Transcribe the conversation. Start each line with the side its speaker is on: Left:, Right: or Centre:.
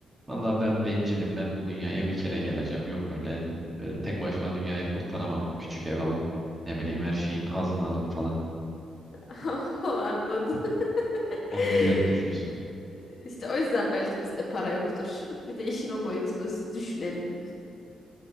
Right: vallahi ben bencilim. Ben bu dünyaya bir kere geleceğim. Yok öyle e, tek başıma dünyayı kurtaramam. Küçük ev alıp ne bileyim her şeyin azını alıp falan.
Left: <laughs> O anladı <laughs>
Right: Onu millet düşünsün.
Left: işte o yüzden belki bizde para yoktur bir de işin o boyutunu düşünelim